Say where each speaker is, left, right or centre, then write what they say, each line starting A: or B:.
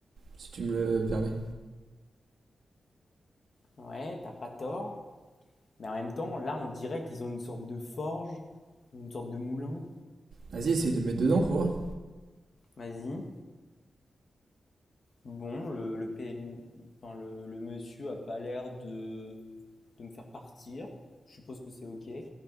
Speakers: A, on the right; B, on the left.
A: si tu me le permets.
B: Ouais, t'as pas tort. Mais en même temps, là, on dirait qu'ils ont une sorte de forge, une sorte de moulin.
A: Vas-y, essaye de mettre dedans, faut voir.
B: Vas-y. Bon, le, le, PN... enfin, le, le monsieur a pas l'air de, de me faire partir. Je suppose que c'est OK.